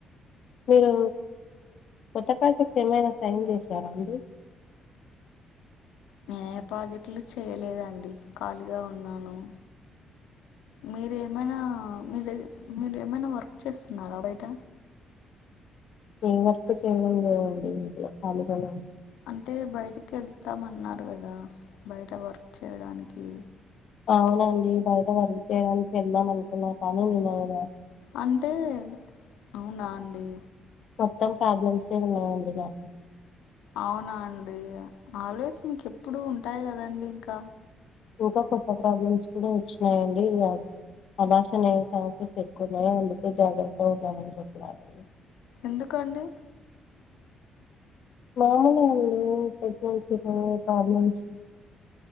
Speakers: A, on the left; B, on the left.
A: మీరు కొత్త ప్రాజెక్ట్ ఏమైనా సైన్ చేసారా అండి
B: నేనే ఏ ప్రాజెక్టులు చేయలేదండి ఖాళీగా ఉన్నాను మీరేమైనా మీ దగ్గ మీరు ఏమైనా వర్క్ చేస్తున్నారా బయట
A: ఏ వర్క్ చేయడం లేదండి ఇంట్లో ఖాళీగానే
B: అంటే బయటికి వెళ్తామన్నారు కదా బయట వర్క్ చేయడానికి
A: అవునండి బయట వర్క్ చేయడానికి వెళ్దాం అనుకున్న కానీ నేను అవి
B: అంటే అవునా అండి
A: మొత్తం ప్రాబ్లమ్స్యే ఉన్నాయండి మాకు
B: అవునా అండి ఆల్వేస్ మీకు ఎప్పుడు ఉంటాయి కదండి ఇంకా
A: ఇంకా కొత్త ప్రాబ్లమ్స్ కూడా వచ్చినాయండి ఇగ అభాషన్ అయే ఛాన్సెస్ ఎక్కువ ఉన్నాయి అందుకే జాగ్రత్తగా ఉంటానని చెప్ప ఆమెకి
B: ఎందుకండి
A: మామూలే అండి ప్రెగ్నెన్సీలో ప్రాబ్లమ్స్